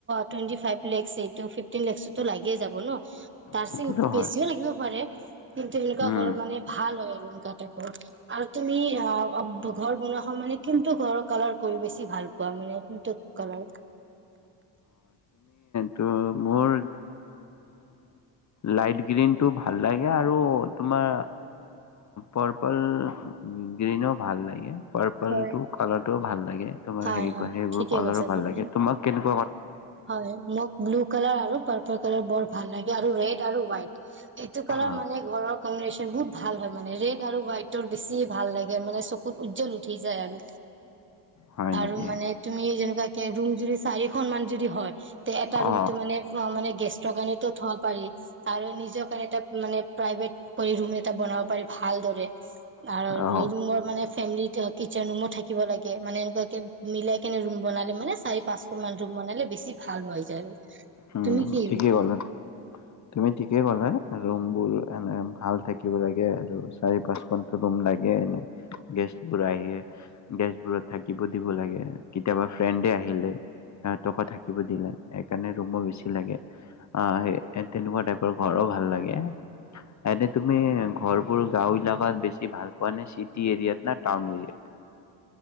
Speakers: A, on the right (about 25°); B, on the left (about 40°).
A: টুৱেনটি ফাইভ লেকচ এইটো ফিফটিন লেকচ। তো, লাগিয়ে যাব ন তাৰছিত
B: সেইটোতো
A: বেছিও
B: হয়
A: লাগিব পাৰে। কিন্তু এনেকুৱা
B: উম।
A: ঘৰ মানে ভাল। লয় আৰু এনেকোৱা টাইপৰ আৰু তুমি, অ ঘৰ বনোৱা খন মানে কোনটো ঘৰৰ কালাৰ কৰি বেছি ভাল পোৱা? মানে কোনটো কালাৰ।
B: ত, মোৰ লাইট গ্ৰীণ টো ভাল লাগে। আৰু তোমাৰ পাৰ্পল গ্ৰীণো ভাল লাগে। পাৰ্পল
A: হয়
B: টো, কালাৰটোও ভাল লাগে। তোমাৰ
A: হয়
B: হেৰি
A: হয়
B: সেইবোৰ
A: ঠিকে
B: ক'লাৰো
A: কৈছা
B: ভাল
A: তুমি
B: লাগে তোমাক কেনেকোৱা।
A: হয় মোক, ব্লু কালাৰ আৰু পাৰ্পল। কালাৰ বৰ ভাল, লাগে আৰু ৰেড আৰু হোৱাইট। এইটো কালাৰ
B: অ',
A: মানে ঘৰৰ। বহুত ভাল হয় মানে ৰেড আৰু হোৱাইটৰ বেছি ভাল লাগে। মানে চকুত উজ্জ্বল উঠি যায় আৰু।
B: হয় নেকি
A: আৰু মানে তুমি যেনেকুৱা। কে ৰুম যদি চাৰিখন মান যদি হয়। এটা ৰুম
B: অ',
A: তো মানে, অ মানে। গেষ্টৰ কাৰণে তো থৱা পাৰি। আৰু নিজৰ কাৰণে এটা মানে। প্ৰাইভেট কৰি ৰুম এটা বনাব পাৰি, ভালদৰে। আৰু,
B: অ',
A: ৰুমৰ মানে। ফেমিলিত কিটচেন, ৰুমও থাকিব লাগে মানে। মিলাই কেনে ৰুম বনালে মানে। চাৰি পাঁচ খন মান ৰুম বনালে বেছি ভাল। ভাল হৈ যায় আৰু।
B: উম
A: তুমি কি
B: ঠিকেই
A: কোৱা
B: গ'লা তুমি। ঠিকেই ক'লা ৰুম বোৰ। মানে ভাল থাকিব লাগে আৰু চাৰি পাঁচখনতো ৰুম লাগে এনে গেষ্টবোৰ আহে গেষ্টবোৰো থাকিব দিব লাগে কেতিয়াবা ফ্ৰেণ্ডে আহিলে সিহতকো থাকিব দিলে সেইকাৰণে ৰুম বোৰ বেছি লাগে আহ তেনেকোৱা টাইপৰ ঘৰো ভাল লাগে এনে তুমি ঘৰবোৰ গাঁওবিলাকাত বেছি ভাল পোৱা নে চি টি এৰিয়াত নে টাউন এৰিয়াত